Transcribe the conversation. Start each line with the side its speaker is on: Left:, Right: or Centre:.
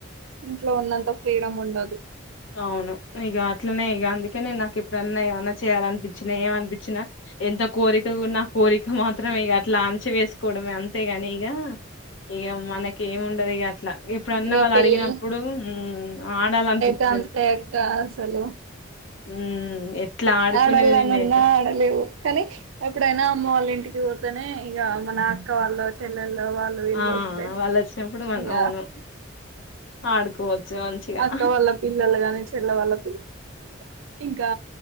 Right: ఇంట్లో ఉన్నంత ఫ్రీడమ్ ఉండదు
Left: అవును ఇక అట్లనే ఇక అందుకే నేను నాకు ఇప్పుడన్నా ఏమన్నా చేయాలనిపించినా ఏమనిపించిన అంత కోరిక నా కోరిక మాత్రమే ఇ అట్లా ఆంచి వేసుకోవడమే అంతేగాని ఈగ ఇక మనకి ఏం ఉండదు ఇట్లా ఇప్పుడున్న
Right: ఇగ
Left: వాళ్ళు
Right: పెళ్ళి
Left: అడిగినప్పుడు ఆడాలనిపించి
Right: గంతే అక్కసలు
Left: మ్మ్ ఎట్లా ఆడుకునేది
Right: ఆడళని
Left: నేనైతే
Right: ఉన్నా
Left: అస
Right: ఆడలేవు కానీ ఎప్పుడైనా అమ్మ వాళ్ళ ఇంటికి పోతేనే ఇక మన అక్క వాళ్ళ చెల్లెలు వాళ్ళ ఇల్
Left: ఆ
Right: వస్తే
Left: వాళ్ళు వచ్చినప్పుడు మనం
Right: ఇగ
Left: అవును ఆడుకోవచ్చు మంచిగా
Right: అక్క వాళ్ళ పిల్లలు గాని చెల్ల వాళ్ళ పిల్లలు ఇంకా